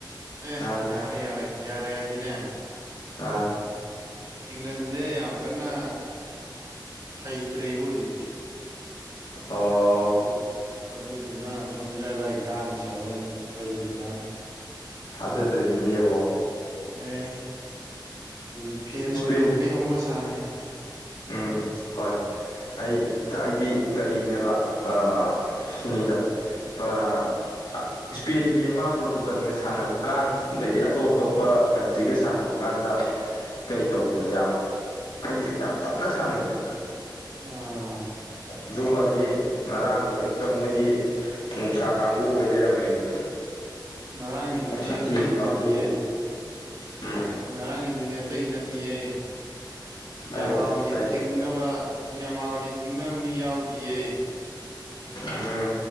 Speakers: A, on the right; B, on the left.
A: ꯑꯦ
B: ꯑꯥ
A: ꯌꯥꯔꯦ ꯌꯥꯔꯦ ꯌꯥꯔꯦ ꯍꯥꯏꯗꯤꯅꯦ
B: ꯑꯥ
A: ꯏꯪꯂꯟꯁꯦ ꯌꯥꯝ ꯀꯟꯅ ꯍꯩꯇ꯭ꯔꯦꯕ ꯍꯧꯖꯤꯛꯇꯤ
B: ꯑꯣ
A: ꯑꯗꯨ ꯑꯗꯨꯗꯨꯅ ꯑꯗꯨꯝ ꯏꯔꯥꯏ ꯂꯥꯏ ꯀꯥꯅꯤꯁꯦ ꯍꯣꯔꯦꯟ ꯑꯥꯔꯖꯦꯟꯇꯤꯅꯥꯅ
B: ꯊꯥꯖꯗ꯭ꯔꯤꯃꯤꯅꯦ ꯏꯕꯣ
A: ꯑꯦ ꯑꯗꯨꯗꯤ ꯐꯦꯟ
B: ꯏꯁꯄꯦꯟ
A: ꯑꯣꯏꯔꯨꯕꯒꯤ ꯍꯧꯅ ꯁꯥꯥꯅꯤ
B: ꯎꯝ ꯍꯣꯏ ꯑꯩ ꯑꯩꯗꯤ ꯀꯔꯤꯅꯦꯕ ꯑꯥ ꯁꯤꯅꯤꯗ <unintelligible> ꯏꯁꯄꯦꯟꯒꯤ ꯑꯃ ꯄꯣꯔꯇꯨꯒꯜꯒ ꯁꯥꯟꯅꯕꯀꯥꯟ ꯑꯗꯩꯗꯤ ꯑꯇꯣꯞ ꯑꯇꯣꯞꯄ ꯀꯟꯇ꯭ꯔꯤꯒ ꯁꯥꯟꯅꯕ ꯀꯥꯟꯗ ꯀꯔꯤ ꯇꯧꯋꯤꯗꯅ ꯌꯥꯝ ꯍꯥꯏꯗꯤ ꯌꯥꯝ ꯇꯞꯅ ꯁꯥꯟꯅꯩꯗꯅ
A: ꯑꯥ
B: ꯑꯗꯨꯒꯗꯤ ꯉꯔꯥꯡꯗꯤ ꯍꯦꯛꯇ ꯃꯣꯏꯗꯤ ꯅ‌ꯣꯡꯁꯥ ꯀꯥꯡꯕꯨ ꯑꯣꯏꯅ ꯂꯩꯔꯝꯃꯦꯃꯤ
A: ꯉꯔꯥꯡꯒꯤꯗꯨꯗꯤ
B: ꯁꯥꯊꯤꯕ
A: ꯑꯇꯩꯒꯤ
B: ꯀꯥꯡꯕꯨ
A: ꯅꯠꯇꯤꯌꯦ
B: ꯎꯝ
A: ꯉꯔꯥꯡꯒꯤꯗꯨꯗꯤ ꯑꯇꯩꯗꯤ ꯅꯠꯇꯤꯌꯦ
B: ꯍꯥꯏꯌꯣ
A: ꯌꯥꯝꯃꯥꯜꯒꯤ
B: ꯇꯥꯏ
A: ꯊꯤꯡꯅꯕ ꯌꯥꯝꯃꯥꯜꯒꯤ ꯊꯤꯡꯅꯕ ꯃꯤ ꯌꯥꯎꯗꯤꯌꯦ
B: ꯑꯥ